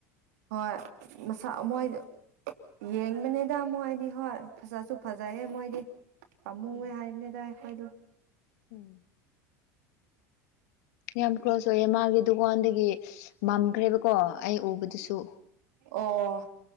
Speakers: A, on the right; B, on the left.
A: ꯍꯣꯏ ꯃꯁ ꯃꯣꯏ ꯌꯦꯡꯕꯅꯤꯗ ꯃꯣꯏꯗꯤ ꯍꯣꯏ ꯐꯖꯁꯨ ꯐꯖꯩꯍꯦ ꯃꯣꯏꯗꯤ ꯑꯝꯃꯨꯦ
B: ꯎꯝ
A: ꯍꯥꯏꯅꯦꯗꯥ ꯑꯗꯨꯗ
B: ꯎꯝ ꯌꯥꯝ ꯀ ꯀ꯭ꯂꯣꯁ ꯌꯦ ꯃꯥꯒꯗꯨꯒꯣꯟ ꯒꯤ ꯃꯝꯈ꯭ꯔꯦꯕꯀꯣ ꯑꯩ ꯎꯕꯗꯨꯁꯨ
A: ꯑꯣ